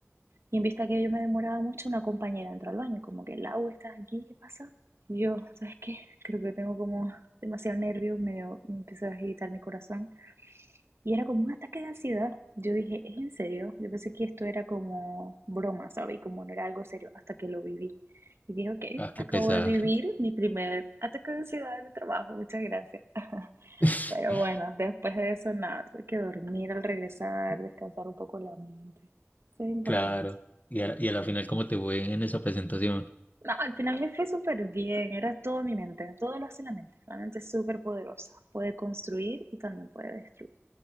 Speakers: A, on the right; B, on the left.
A: Y en vista que yo me demoraba mucho, una compañera entró al baño, como que, Lau, ¿estás aquí? ¿Qué pasa? Y yo, ¿sabes qué? Creo que tengo como demasiado nervio, me empezó a agitar mi corazón. Y era como un ataque de ansiedad. Yo dije, ¿es en serio? Yo pensé que esto era como broma, ¿sabes? Y como no era algo serio hasta que lo viví. Y dije, ok,
B: ah, qué
A: acabo
B: pesar.
A: de vivir mi primer ataque de ansiedad en mi trabajo, muchas gracias.
B: <laughs>
A: Pero bueno, después de eso, nada, tuve que dormir al regresar, descansar un poco la mente. Eso es importante.
B: Claro. Y a, la- y a la final, ¿cómo te fue en esa presentación?
A: No, al final me fue súper bien, era todo mi mente, todo lo hace la mente. La mente es súper poderosa, puede construir y también puede destruir.